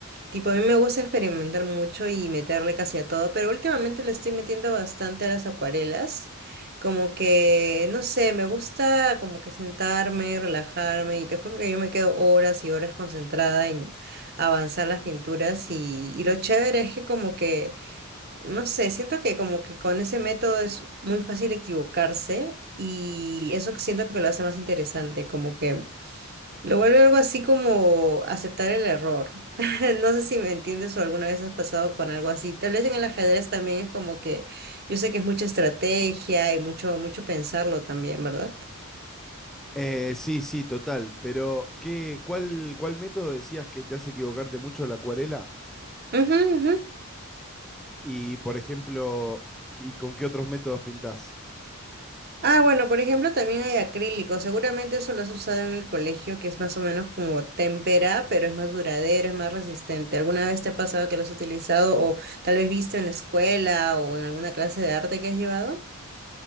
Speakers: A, on the right; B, in the centre.
A: tipo, a mí me gusta experimentar mucho y meterle casi a todo, pero últimamente le estoy metiendo bastante a las acuarelas. Como que, no sé, me gusta como que sentarme, relajarme y te juro que yo me quedo horas y horas concentrada en avanzar las pinturas y, y lo chévere es que como que... No sé, siento que como que con ese método es muy fácil equivocarse y eso que siento que lo hace más interesante, como que lo vuelve algo así como aceptar el error. <laughs> No sé si me entiendes o alguna vez has pasado con algo así. Tal vez en el ajedrez también es como que yo sé que es mucha estrategia y mucho mucho pensarlo también, ¿verdad?
B: Eh, sí, sí, total. Pero, ¿qué, cuál, cuál método decías que te hace equivocarte mucho la acuarela?
A: Ujú, ujú.
B: Y, por ejemplo, ¿y con qué otros métodos pintás?
A: Ah, bueno, por ejemplo, también hay acrílico. Seguramente eso lo has usado en el colegio, que es más o menos como témpera, pero es más duradero, es más resistente. ¿Alguna vez te ha pasado que lo has utilizado o tal vez visto en la escuela o en alguna clase de arte que has llevado?